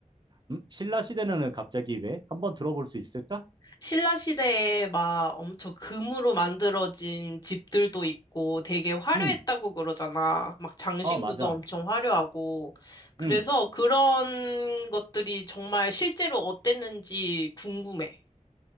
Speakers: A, on the right (about 35°); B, on the left (about 30°).
A: 음? 신라 시대는 갑자기 왜? 한번 들어볼 수 있을까?
B: 신라 시대에 막 엄청 금으로 만들어진 집들도 있고 되게 화려했다고
A: 응,
B: 그러잖아. 막 장신구도
A: 어, 맞아.
B: 엄청 화려하고. 그래서
A: 응.
B: 그런 것들이 정말 실제로 어땠는지 궁금해.